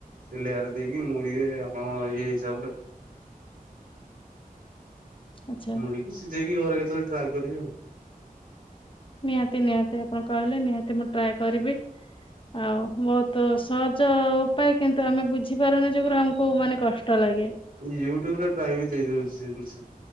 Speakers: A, on the right; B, on the left.
A: ଦି ଲେୟାର ଦେଇକି ମୁଡିିବେ, ଆପଣ ଇଏ ହିସାବରେ।
B: ଆଚ୍ଛା।
A: ମୁରିକି ସିଯେଇକି, ଘରେ କେତେବେଳେ ଟ୍ରାଏଲ କରିବେ ଆଉ।
B: ନିହାତି, ନିହାତି, ଆପଣ କହିଲେ ନିହାତି ମୁଁ ଟ୍ରାଏ କରିବି। ଆଉ ବହୁତ ସହଜ ଉପାୟ କିନ୍ତୁ, ଆମେ ବୁଝିପାରୁନୁ ଯୁଗୁରୁ ଆମକୁ ମାନେ କଷ୍ଟ ଲାଗେ।
A: ୟୁଟ୍ୟୁବ ରେ ପ୍ରାୟ ବି ଦେଇ ଦଉଛି ସେ ଜିନିଷ।